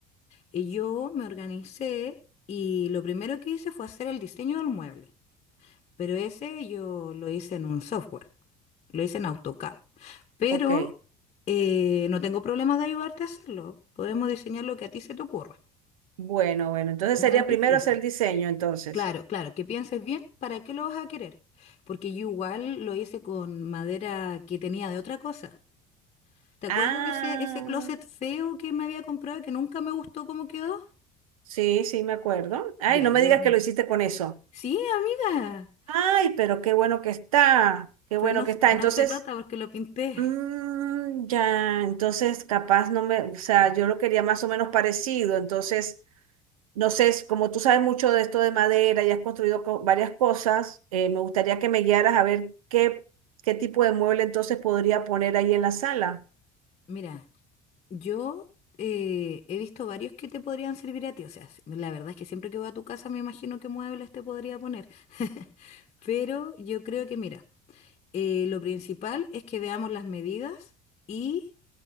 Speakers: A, on the left; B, on the right.
A: Y yo me organicé y lo primero que hice fue hacer el diseño del mueble, pero ese yo lo hice en un software, lo hice en AutoCAD. Pero
B: Ok,
A: eh, no tengo problemas de ayudarte a hacerlo, podemos diseñar lo que a ti se te ocurra,
B: bueno, bueno, entonces
A: no
B: sería
A: es difícil.
B: primero hacer el diseño, entonces.
A: Claro, claro, que pienses bien para qué lo vas a querer, porque yo igual lo hice con madera que tenía de otra cosa. ¿Te acuerdas
B: Ah,
A: de ese, ese closet feo que me había comprado y que nunca me gustó cómo quedó?
B: sí, sí, me acuerdo. Ay,
A: Ya,
B: no
A: yo...
B: me digas que lo hiciste con eso.
A: Sí, amiga.
B: Ay, pero qué bueno que está, qué bueno
A: Pero no,
B: que
A: se-
B: está.
A: no
B: Entonces,
A: se nota porque lo pinté.
B: mm, ya, entonces capaz no me, o sea, yo lo quería más o menos parecido, entonces No sé, como tú sabes mucho de esto de madera y has construido co- varias cosas, eh, me gustaría que me guiaras a ver qué, qué tipo de mueble entonces podría poner ahí en la sala.
A: Mira, yo eh, he visto varios que te podrían servir a ti. O sea, s- la verdad es que siempre que voy a tu casa me imagino qué muebles te podría poner. <laughs> Pero yo creo que, mira, eh, lo principal es que veamos las medidas y